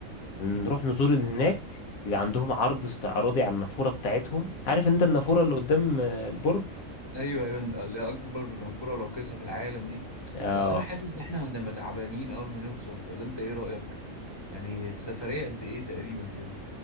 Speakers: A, on the left; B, on the left.
A: هنروح نزور هناك بيبقى عندهم عرض استعراضي على النافورة بتاعتهم عارف أنت النافورة اللي قدام آه، البرج
B: ايوه ايوه اللي هي اكبر نافوره راقصه في العالم دي
A: آه،
B: بس انا حاسس ان احنا هنبقى تعبانين اول ما نوصل ولا انت ايه رايك يعني السفريه قد ايه تقريبا كده